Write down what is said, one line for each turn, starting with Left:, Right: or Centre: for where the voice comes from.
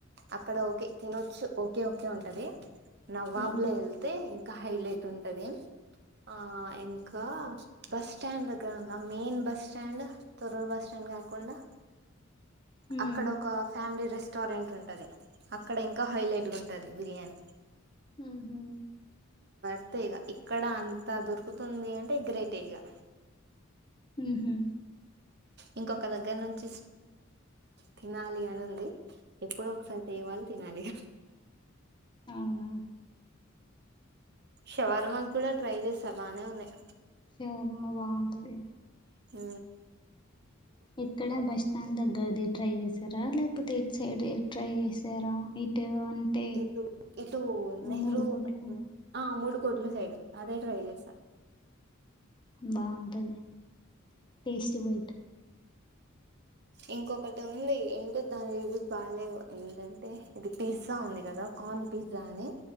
Right: అక్కడ ఓకే తినొచ్చు ఓ ఓకే ఓకే ఉంటది నవాబ్
Left: ఉమ్
Right: లో వెళ్తే ఇంకా హైలైట్ ఉంటది. ఆ ఇంకా బస్ స్టాండ్ దగ్గర ఉందా main bus stand Thorrur bus stand, కాకుండా
Left: ఉమ్
Right: అక్కడ ఒక ఫ్యామిలీ రెస్ రెస్టారెంట ఉంటది అక్కడ ఇంకా హైలైట్ గా ఉంటది బిర్యానీ,
Left: ఉహు
Right: త్తేగ ఇక్కడ అంత దొరుకుతుంది, అంటే గ్రేటె ఇగా
Left: ఉహు
Right: ఇంకొక దగ్గర నుంచి తినాలి అని ఉంది ఎప్పుడు ఒకసారి తేవాలి తినాలి
Left: అవునా
Right: షవారమాస్ కూడా ట్రై చేశ బానే ఉన్నాయి.
Left: శవర్మ బాగుంటది.
Right: ఉ
Left: ఎక్కడ బస్ స్టాండ్ దగ్గరది ట్రై చేసా రా లేకపోతే ఎటు సైడ్ ట్రై చేసారా ఇటు అంటే
Right: ఇటు ఇటు నెహ్రూ
Left: మూడుకోట్లు
Right: ఆ మూడు కోట్ల సైడ్ అదే ట్రై చేసా
Left: బాగుంటది టేస్టీ బయట్
Right: ఇంకొకటి ఉంది ఏంటి దాని బాగాలేవు ఏంటంటే ఇది, పిజ్జా ఉంది కదా కార్న్ పిజ్జా అని